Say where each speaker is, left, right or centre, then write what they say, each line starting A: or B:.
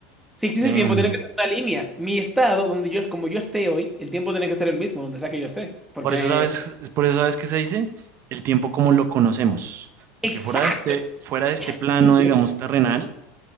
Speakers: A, in the centre; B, on the right.
A: Si existe
B: Em,
A: el tiempo, tiene que ser una línea. Mi estado, donde yo, como yo esté hoy, el tiempo tiene que ser el mismo, donde sea que yo esté. Porque...
B: por eso sabes, es por eso sabes qué se dice, el tiempo como lo conocemos, porque
A: Exacto.
B: fuera de este, fuera de este plano,
A: <laughs>
B: digamos, terrenal,